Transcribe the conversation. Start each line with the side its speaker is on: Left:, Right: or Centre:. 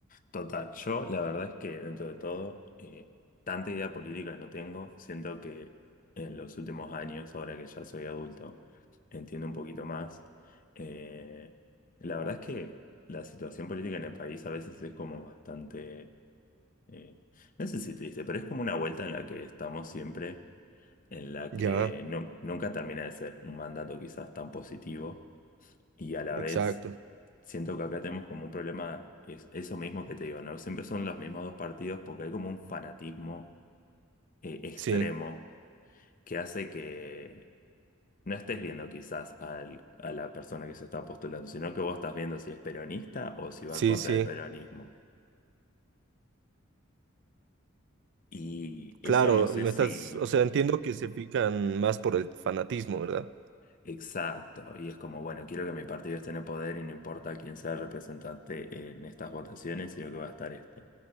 Left: Total, yo la verdad es que dentro de todo, eh, tanta idea política no tengo. Siento que en los últimos años, ahora que ya soy adulto, entiendo un poquito más. Eh, la verdad es que la situación política en el país a veces es como bastante, eh, no sé si triste, pero es como una vuelta en la que estamos siempre, en la
Right: Ya,
Left: que no- nunca termina de ser un mandato quizás tan positivo y a la
Right: exacto.
Left: vez siento que acá tenemos como un problema, es eso mismo que te digo, ¿no? Siempre son los mismos dos partidos porque hay como un fanatismo eh, extremo
Right: Sí,
Left: que hace que no estés viendo quizás al- a la persona que se está postulando, sino que vos estás viendo si es peronista o si va
Right: sí,
Left: en contra
Right: sí.
Left: del peronismo. Y eso
Right: Claro,
Left: no sé
Right: me
Left: si...
Right: estás, o sea, entiendo que se fijan más por el fanatismo, ¿verdad?
Left: Exacto, y es como, bueno, quiero que mi partido esté en el poder y no importa quién sea el representante en estas votaciones, sino que va a estar este.